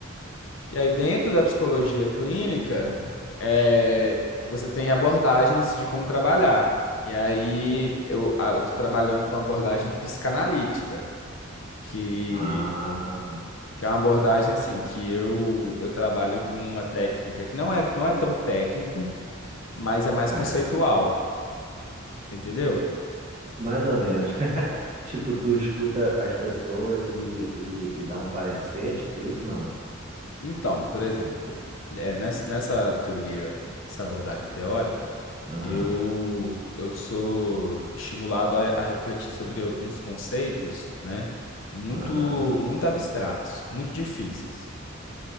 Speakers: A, on the left (about 65°); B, on the right (about 35°).
A: E aí dentro da psicologia clínica, é, você tem abordagens de como trabalhar. E aí eu, a- eu tô trabalhando com a abordagem psicanalítica, que
B: Ah,
A: que é uma abordagem assim que eu eu trabalho com uma técnica que não é não é tão técnico mas é mais
B: ué,
A: conceitual, entendeu?
B: Mais ou menos. <laughs> Tipo, tu escuta as pessoas e, e, e dá um parecer, tipo isso? Não, né?
A: Então, por exemplo, é, nessa, nessa teoria, essa abordagem teórica,
B: Aham,
A: eu, eu sou estimulado a, a refletir sobre uns conceitos, né, muito,
B: aham,
A: muito abstratos, muito difíceis.